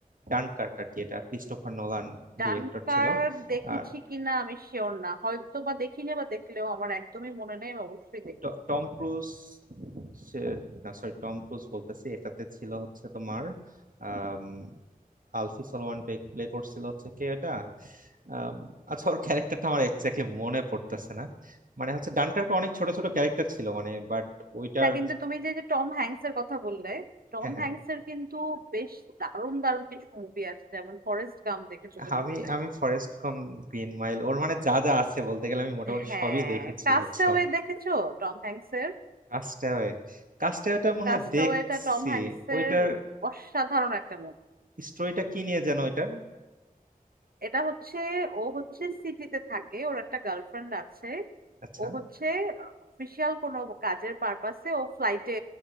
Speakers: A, on the right; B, on the right.
A: ডানকার্ক আর কি এটা ক্রিস্টোফার নোলান
B: ডানকার্ক
A: ডিরেক্টর ছিল
B: দেখেছি
A: আর
B: কিনা আমি শিওর না হয়তো বা দেখিনি বা দেখলেও আমার একদমই মনে নেই আমি অবশ্যই দেখি
A: ট- টম ক্রুজ সে- না সরি টম ক্রুজ বলতেছি এটাতে ছিল হচ্ছে তোমার আম, আলফি সলোয়ান প্লে করছিল হচ্ছে কে এটা আম, আচ্ছা ওর ক্যারেক্টারটা আমার এক্স্যাক্টলি মনে পড়তেছে না মানে হচ্ছে ডানকার্কে অনেক ছোট ছোট ক্যারেক্টার ছিল মানে বাট ওইটার
B: না কিন্তু তুমি যে যে টম হ্যাংস এর কথা বললে টম
A: হ্যাঁ হ্যাঁ
B: হ্যাংস এর কিন্তু বেশ দারুণ দারুণ কিছু মুভি আছে যেমন ফরেস্ট গাম দেখেছো তো
A: আমি
B: নিশ্চয়ই
A: আমি ফরেস্ট কম গ্রিন মাইল ওর মানে যা যা আছে বলতে গেলে আমি মোটামুটি
B: হ্যাঁ
A: সবই দেখেছি
B: কাস্টাওয়ে
A: বুঝছো
B: দেখেছো টম হ্যাংস এর
A: কাস্টাওয়ে কাস্টাওয়েটা মনে
B: কাস্টাওয়ে
A: হয় দেখছি
B: এটা টম হ্যাংস
A: ওইটার
B: এর অসাধারণ একটা মুভি
A: স্টোরিটা কি নিয়ে যেন ওইটার
B: এটা হচ্ছে ও হচ্ছে সিটিতে থাকে ওর একটা গার্লফ্রেন্ড আছে
A: আচ্ছা
B: ও হচ্ছে অফিসিয়াল কোনো কাজের পারপাসে ও ফ্লাইটে